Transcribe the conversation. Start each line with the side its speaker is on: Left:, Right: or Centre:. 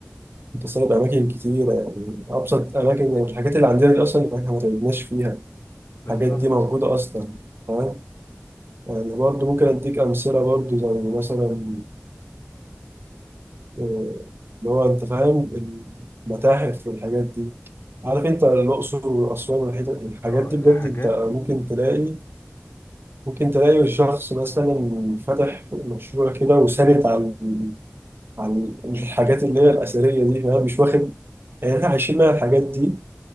Right: أنت سايب أماكن كتيرة يعني أبسط أماكن يعني الحاجات اللي عندنا دي أصلا إحنا ما تعبناش فيها
Left: بالظبط
Right: الحاجات دي موجودة أصلا فاهم يعني برضه ممكن أديك أمثلة برضه زي مثلا آه، اللي هو انت فاهم المتاحف والحاجات دي عارف انت الاقصر واسوان والحتت- الحاجات
Left: اه
Right: دي
Left: الحاجات
Right: بجد انت ممكن
Left: دي
Right: تلاقي ممكن تلاقي الشخص مثلا فاتح مشروع كده وساند عن عن الحاجات اللي هي الاثريه دي فاهم مش واخد يعني احنا عايشين مع الحاجات دي